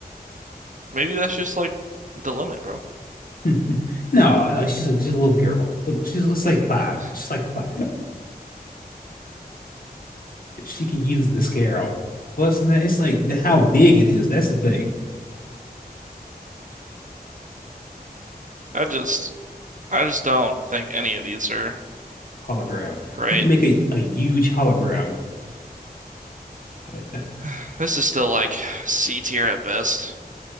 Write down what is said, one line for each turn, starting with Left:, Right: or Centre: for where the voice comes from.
Right: Maybe that's just like the limit, bro.
Left: <laughs> No, no, she's a, she's a little girl. Little- She's, she's
Right: <laughs>
Left: like five. She's like five. She can use the scarab. Plus, than that it's like the, how big it is. That's the thing.
Right: I just I just don't think any of these are
Left: Hologram.
Right: great.
Left: You can make a, a huge hologram. That-
Right: <sighs> This is still like C tier at best.